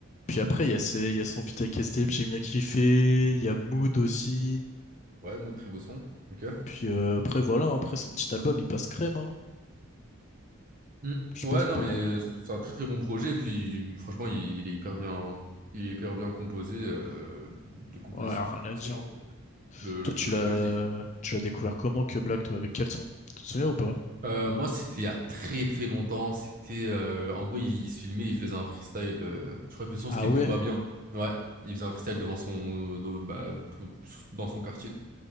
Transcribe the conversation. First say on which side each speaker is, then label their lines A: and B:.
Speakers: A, on the left; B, on the right.
A: Puis après, il y a ses, il y a son feat avec SDM, j'ai bien kiffé. Il y a Mood aussi.
B: Hmm. Ouais, Maud, très beau son. Ok.
A: Puis euh, après, voilà, hein, après son petit album, il passe crème, hein.
B: Hmm.
A: Je
B: Ouais,
A: pense pendant
B: non, mais euh,
A: le.
B: c'est c'est un très très bon projet, et puis franchement, il, il est hyper bien. Il est hyper bien composé, euh, les compositions
A: Ouais, rien
B: sont
A: à
B: excellentes.
A: dire. hein.
B: Le, le-
A: Toi, tu
B: le
A: l'as,
B: projet, je l'ai
A: tu l'as découvert comment que Black, toi, avec quel son? Tu te souviens ou pas?
B: Euh, moi, c'était il y a très très longtemps. C'était euh, en gros, il, il se filmait, il faisait un freestyle. euh, je crois que le son
A: Ah
B: c'était
A: ouais.
B: Tout va bien. Ouais, il faisait un freestyle devant son de- bah, p- dans son quartier quoi.